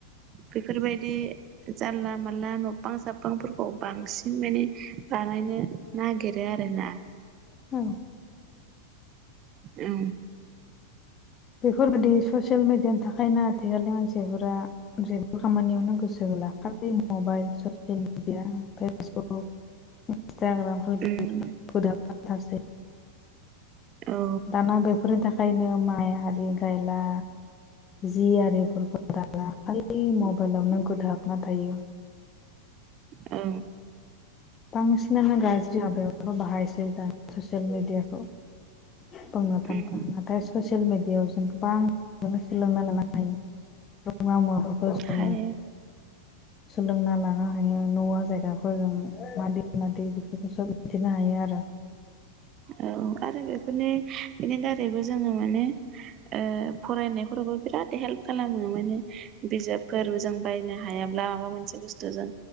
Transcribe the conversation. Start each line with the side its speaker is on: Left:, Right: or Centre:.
Right: बेफोरबायदि जानला मानला नबां जाब बांफोरखौ बांसिन माने बानायनो नागिरो आरोना
Left: अ
Right: औ
Left: बेफोरबायदि ससियेल मिडियानि थाखायनो आथिखालनि मानसिफोरा जेबो खामानियावनो गोसो होला खालि मबाइल ससिल मिडिया ओमफाय फेसबुक इन्टाग्राम <unintelligible>
Right: ओम
Left: गोदोजोबना‌ थासै
Right: औ
Left: दाना बेफोरनि थाखायनो माइ आरि गायला जि आरिफोरखो दाला खालि मबाइलाव नो गोदो हाबना थायो
Right: औ
Left: बांसिनानो गाज्रि हाबायावनो बाहायसै दा ससियेल मिडियाखौ बुंनो थांबा
Right: ओम
Left: नाथाय ससियेल मेडियायाव जों गोबांखौनो सोलोंना लानो हायो रोङा मुवाफोरखौ जों
Right: हायो
Left: सोलोंना लानो हायो नुवा जायगाखौ जों मादि मादि बेफोरखौ सोब मिन्थिनो हायो आरो
Right: औ आरो बेफोरनि बेनि दारैबो जोङो माने ओ फरायनायफोरावबो बिराद हेल्प खालामो माने बिजाब फोरबो जों बायनो हायाब्ला माबा मोनसे बुस्थु जों